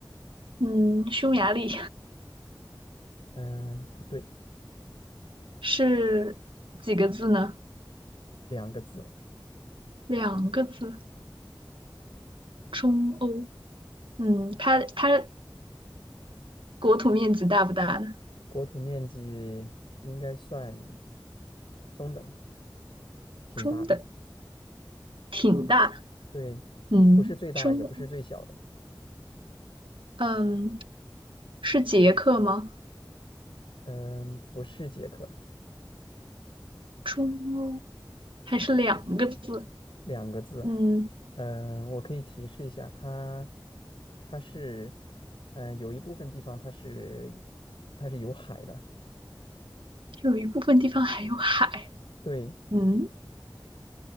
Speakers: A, on the right; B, on the left.
A: 嗯，匈牙利
B: 嗯，不对，
A: 是几个字呢？
B: 两个字，
A: 两个字，中欧。嗯，它它国土面积大不大呢？
B: 国土面积应该算中等，挺大的，
A: 中等，挺大。
B: 对，
A: 嗯，
B: 不是最大，
A: 中欧，
B: 也不是最小的，
A: 嗯，是捷克吗？
B: 嗯，不是捷克，
A: 中欧还是两个字？
B: 两个字，
A: 嗯，
B: 嗯，我可以提示一下，它，它是，嗯，有一部分地方它是，它是有海的，
A: 有一部分地方还有海。
B: 对，
A: 嗯，